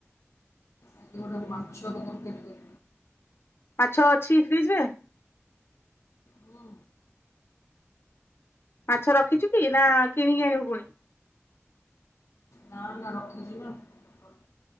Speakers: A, on the left; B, on the left.
A: ଆଜି ଗୋଟେ ମାଛ କରିବି।
B: ମାଛ ଅଛି ଫ୍ରିଜ ରେ।
A: ହୁଁ।
B: ମାଛ ରଖିଛୁ କି ନା କିଣିକି ଆଣିବୁ ପୁଣି।
A: ନା ନା ରଖିଛି ନା। ସକାଳୁ